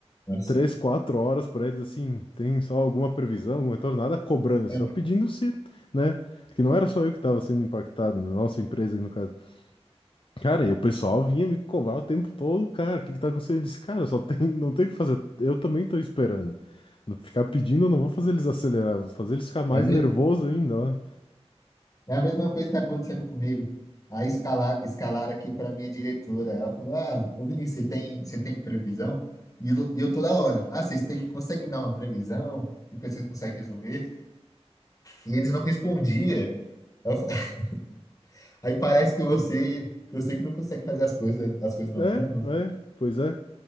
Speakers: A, on the left; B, on the left.
A: Nossa.
B: três, quatro horas para eles, assim, tem só alguma previsão, algum retorno, nada cobrando, assim,
A: É,
B: só pedindo se, né? que não era só eu que estava sendo impactado, né? Nossa empresa aí no caso. Cara, e o pessoal vinha me cobrar o tempo todo, cara, o que que tá acontecendo? Eu disse, cara, só tem, não tem o que fazer, eu também tô esperando. Não Ficar pedindo, eu não vou fazer eles acelerar, vou fazer eles ficar mais
A: é mesmo,
B: nervoso ainda, ó.
A: É a mesma coisa que está acontecendo comigo. Aí escalar, escalar aqui para minha diretora. Ela falou: Ah, ô Vinícius, você tem, você tem previsão? E eu, e eu toda hora. Ah, vocês têm, conseguem dar uma previsão? Depois vocês conseguem resolver? E eles não respondiam. Aí, eu fa- <laughs> aí parece que você, que você que não consegue fazer as coisas, as coisas não
B: É,
A: andam,
B: é, pois é.